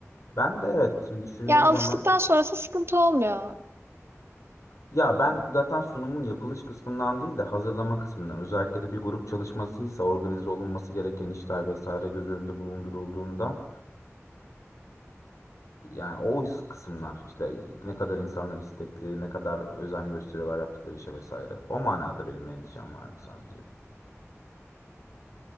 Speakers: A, on the left (about 80°); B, on the right (about 55°).
A: Ben de evet şimdi düşündüğüm
B: Yani alıştıktan
A: zaman
B: sonrası sıkıntı olmuyor.
A: ya ben zaten sunumun yapılış kısmından değil de hazırlama kısmından özellikle de bir grup çalışmasıysa organize olunması gereken işler vesaire göz önünde bulundurulduğunda Yani o is- kısımlar işte ne kadar insanlar istekli, ne kadar özen gösteriyorlar yaptıkları işe vesaire. O manada benim endişem vardı sadece.